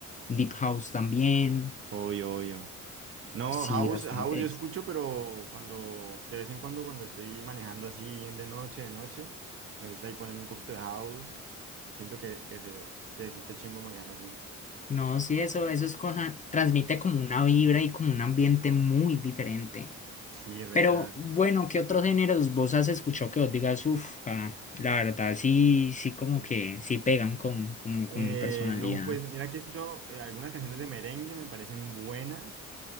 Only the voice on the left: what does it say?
deep house también.
Sí,
bastante.
No, sí, eso, eso es cosa, transmite como una vibra y como un ambiente muy diferente.
Pero bueno, ¿qué otros géneros vos has escuchado que vos digas, uff, la verdad, sí, sí, como que sí pegan con, como
con mi personalidad?